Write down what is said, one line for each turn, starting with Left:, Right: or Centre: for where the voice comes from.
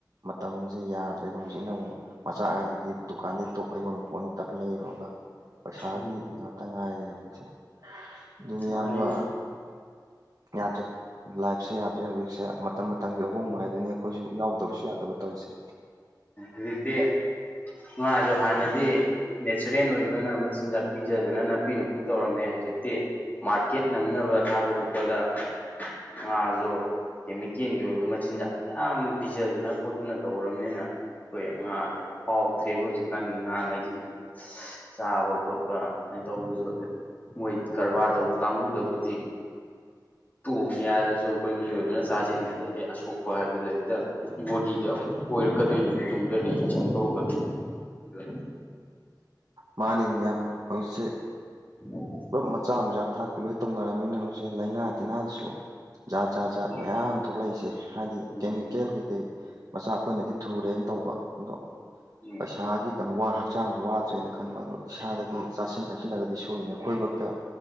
Right: ꯃꯇꯝꯖꯦ ꯌꯥꯗ꯭ꯔꯦꯕ ꯍꯧꯖꯤꯛꯅ ꯑꯃꯨꯛ ꯃꯆꯥꯛ ꯍꯥꯏꯖꯤꯗꯤ ꯗꯨꯀꯥꯟꯗꯩ ꯇꯣꯞ ꯑꯌꯣꯟꯕ ꯄꯣꯠꯅꯤꯅ ꯇꯛ ꯂꯩꯔꯨꯔꯒ ꯄꯩꯁꯥꯒꯤ
Left: ꯎꯝ
Right: ꯉꯥꯠ__ ꯇ ꯉꯥꯏꯔꯦ ꯍꯧꯖꯤꯛꯁꯦ ꯑꯗꯨꯅꯤ ꯏꯌꯥꯝꯕ
Left: ꯃꯥꯅꯤꯅꯦ
Right: ꯌꯥꯗ꯭ꯔꯦ ꯂꯥꯏꯐꯁꯦ ꯌꯥꯗ꯭ꯔꯦ ꯍꯧꯖꯤꯛꯁꯦ ꯃꯇꯝ ꯃꯇꯝꯒꯤ ꯑꯍꯣꯡꯕ ꯍꯥꯏꯗꯨꯅꯤ ꯑꯩꯈꯣꯏꯁꯨ ꯌꯥꯎꯗꯕꯁꯨ ꯌꯥꯗꯕ ꯇꯧꯔꯤꯁꯦ
Left: ꯍꯧꯖꯤꯛꯇꯤ ꯉꯥꯖꯨ ꯍꯥꯟꯅꯗꯤ ꯅꯦꯆꯔꯦꯜ ꯑꯣꯏꯕꯅ ꯃꯆꯤꯟꯖꯥꯛ ꯄꯤꯖꯗꯅ ꯅꯥꯄꯤ ꯅꯨꯡꯄꯤ ꯇꯧꯔꯝꯃꯦ ꯍꯧꯖꯤꯛꯇꯤ ꯃꯥꯔꯀꯦꯠ ꯅꯪꯅꯕ ꯊꯥꯗꯣꯔꯛꯄꯗ ꯉꯥꯖꯨ ꯀꯦꯃꯤꯀꯦꯟꯒꯤ ꯑꯣꯏꯕ ꯃꯆꯤꯟꯖꯥꯛ ꯃꯌꯥꯝ ꯄꯤꯖꯗꯅ ꯈꯣꯠꯇꯅ ꯇꯧꯔꯝꯅꯤꯅ ꯈꯣꯏ ꯉꯥꯖꯦ ꯍꯥꯎꯇ꯭ꯔꯦꯕ ꯍꯧꯖꯤꯛꯀꯥꯟꯒꯤ ꯉꯥꯉꯩꯖꯤꯖꯨ ꯁꯁ ꯆꯥꯕ ꯈꯣꯠꯄ ꯑꯩ ꯇꯧꯕꯖꯨꯗꯦ__ ꯃꯣꯏ ꯀꯔꯕꯥꯔ ꯇꯧꯕ ꯀꯥꯡꯕꯨꯗꯕꯨꯗꯤ ꯇꯣꯡꯉꯦ ꯍꯥꯏꯔꯖꯨ ꯑꯩꯈꯣꯏ ꯃꯤꯑꯣꯏꯕꯅ ꯆꯥꯁꯤꯟꯕꯗꯗꯤ ꯑꯁꯣꯛꯄ ꯍꯥꯏꯕꯗꯣ ꯍꯦꯛꯇ ꯕꯣꯗꯤꯗ ꯑꯣꯏꯔꯛꯀꯗꯣꯏꯅꯦꯕ ꯇꯨꯡꯗ ꯔꯤꯌꯦꯛꯁꯟ ꯇꯧꯔꯛꯀꯗꯣꯏꯅꯤ ꯑꯗꯨꯅ
Right: ꯃꯥꯅꯤꯅꯦ ꯏꯌꯥꯝꯕ ꯍꯧꯖꯤꯛꯁꯦ
Left: <inaudible>
Right: ꯄꯨꯜꯂꯞ ꯃꯆꯥꯛ ꯅꯨꯖꯥꯛ ꯊꯥꯛꯇ ꯂꯣꯏ ꯇꯧꯅꯔꯃꯤꯅ ꯍꯧꯁꯦ ꯂꯩꯅꯥ ꯇꯤꯅꯥꯁꯨ ꯖꯥꯠ ꯖꯥ ꯖꯥꯠ
Left: ꯎꯝ
Right: ꯃꯌꯥꯝ ꯊꯣꯛꯂꯛꯏꯁꯦ ꯍꯥꯏꯗꯤ
Left: ꯎꯝ
Right: ꯀꯦꯃꯤꯀꯦꯜ ꯀꯩꯀꯩ ꯃꯆꯥ ꯑꯩꯈꯣꯏꯅꯗꯤ ꯊꯨꯔꯦꯅ ꯇꯧꯕ ꯑꯗꯣ
Left: ꯎꯝ
Right: ꯄꯩꯁꯥꯒꯤ ꯀꯅꯣ ꯋꯥ ꯍꯛꯆꯥꯡꯁꯨ ꯋꯥꯗ꯭ꯔꯦꯅ ꯈꯟꯕ ꯑꯗꯣ ꯏꯁꯥꯗꯗꯤ ꯆꯥꯁꯤꯟ ꯊꯛꯁꯤꯜꯂꯒꯗꯤ ꯁꯣꯏꯅꯦ ꯌꯦꯉꯣ__ ꯑꯩꯈꯣꯏꯕꯛꯇ